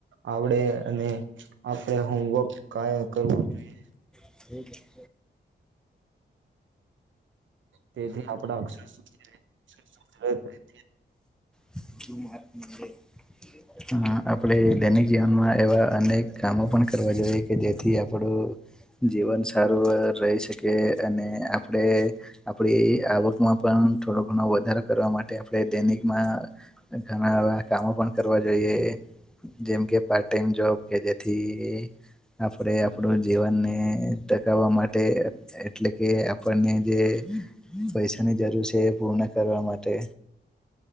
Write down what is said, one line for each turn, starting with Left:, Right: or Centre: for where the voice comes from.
Right: આવડે અને આપણે હોમવર્ક કાયમ કરવું જ જોઈએ.
Centre: <inaudible>
Right: તેથી આપડા અક્ષર સુધરે <inaudible>
Centre: <inaudible> હા આપડ દૈનિક જીવનમાં એવા અનેક કામો પણ કરવા જોઈએ કે જેથી આપડું જીવન સારું રહી શકે અને આપણે આપડી આવક માં પણ થોડો ઘણો વધારો કરવા માટે આપણે દૈનિકમાં ઘણા એવા કામો પણ કરવા જોઈએ. જેમ કે પાર્ટ ટાઈમ જોબ કે જેથી આપણે આપણું જીવનને ને ટકાવવા માટે એટલે કે આપણને જે પૈસા ની જરૂર છે એ પૂર્ણ કરવા માટે